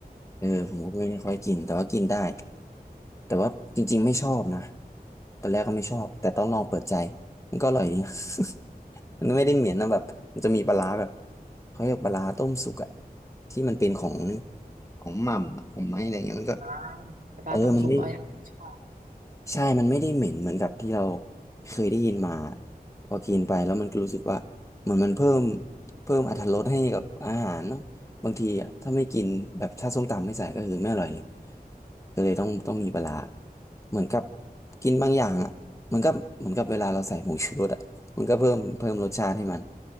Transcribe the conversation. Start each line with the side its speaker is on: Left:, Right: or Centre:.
Left: เออผมก็ไม่ค่อยกิน แต่ว่ากินได้ แต่ว่าจริงๆไม่ชอบนะตอนแรกก็ไม่ชอบ แต่ต้องลองเปิดใจ มันก็อร่อยดี <laughs> มันไม่ได้เหม็นนะแบบมันจะมีปลาร้าแบบเขาเรียกปลาร้าต้มสุกอะที่มันเป็นของของหม่ำอะของไม้อะไรเงี้ยมันก็
Right: ร้านแต่ปลาต้มสุกก็ยังชอบ
Left: เออมันไม่ ใช่มันไม่ได้เหม็นเหมือนกับที่เราเคยได้ยินมาพอกินไปแล้วมันก็รู้สึกว่าเหมือนมันเพิ่มเพิ่มอรรถรสให้กับอาหารเนาะบางทีอะถ้าไม่กินแบบถ้าส้มตำไม่ใส่ก็คือไม่อร่อยเลยก็เลยต้องต้องมีปลาร้าเหมือนกับกินบางอย่างอ่ะมันก็เหมือนกับเวลาเราใส่ผงชูรสอ่ะมันก็เพิ่มเพิ่มรสชาติให้มัน